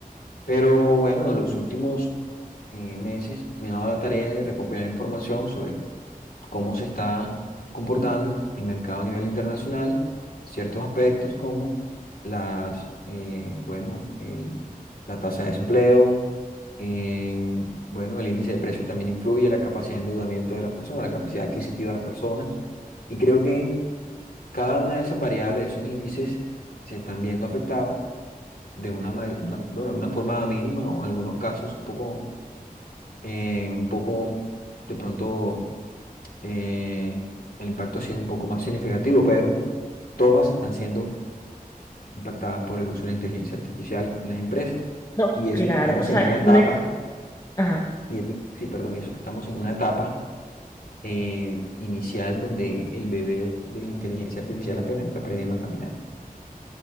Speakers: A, on the left (about 75°); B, on the left (about 25°).
A: Pero bueno, en los últimos eh, meses me ha dado la tarea de recopilar información sobre cómo se está comportando el mercado a nivel internacional, ciertos aspectos como las, eh, bueno, el- la tasa de desempleo, eh, bueno, el índice de precios también influye, la capacidad de endeudamiento de las personas, la capacidad adquisitiva de las personas. Y creo que cada una de esas variables, esos índices, se están viendo afectados de una, ma- de- bueno, de una forma mínima o en algunos casos un poco eh, un poco, de pronto, eh, el impacto ha sido un poco más significativo, pero todas están siendo impactadas por el uso de la inteligencia artificial en las empresas.
B: No,
A: Y eso
B: claro,
A: que estamos
B: o sea,
A: en una etapa,
B: no, es- ajá.
A: y eso- sí, perdón, y eso que estamos en una etapa eh, inicial donde el bebé de la inteligencia artificial apenas está aprendiendo a caminar.